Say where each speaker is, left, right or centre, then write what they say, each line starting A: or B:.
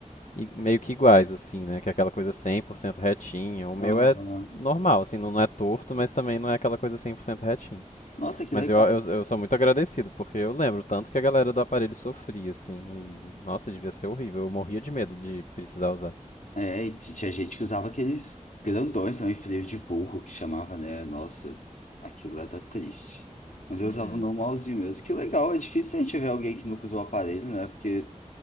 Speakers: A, on the left; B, on the left.
A: i- meio que iguais, assim, né? Que é aquela coisa 100% retinha. O meu
B: Aham.
A: é normal, assim, não não é torto, mas também não é aquela coisa 100% retinha.
B: Nossa, que
A: Mas
B: legal.
A: eu, eu, eu sou muito agradecido, porque eu lembro tanto que a galera do aparelho sofria, assim, e nossa, devia ser horrível. Eu morria de medo de precisar usar.
B: É, e t- tinha gente que usava aqueles grandões também, freio de burro, que chamava, né? Nossa, aquilo era triste. Mas eu
A: Uhum,
B: usava o normalzinho mesmo. Que legal, é difícil a gente ver alguém que nunca usou aparelho, né? Porque,